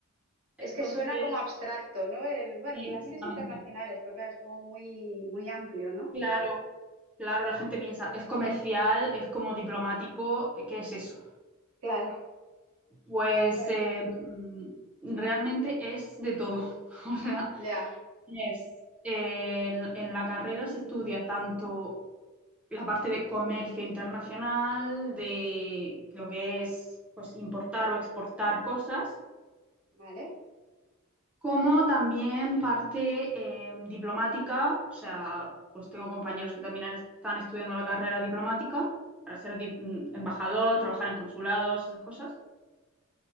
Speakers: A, on the right; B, in the centre.
A: Es
B: Entonces,
A: que suena como abstracto, ¿no? El- bueno,
B: sí,
A: relaciones
B: exactamente.
A: internacionales, pero claro, es como muy, muy amplio, ¿no?
B: Claro, claro, la gente piensa, es comercial, es como diplomático, ¿qué es eso?
A: Claro.
B: Pues
A: Pues,
B: eh, mm, realmente es de todo. <laughs> O sea,
A: ya,
B: es, eh, en en la carrera se estudia tanto. la parte de comercio internacional, de lo que es pues, importar o exportar cosas,
A: ¿vale?
B: como también parte eh, diplomática, o sea, pues tengo compañeros que también están estudiando la carrera diplomática para ser dip- embajador, trabajar en consulados, esas cosas.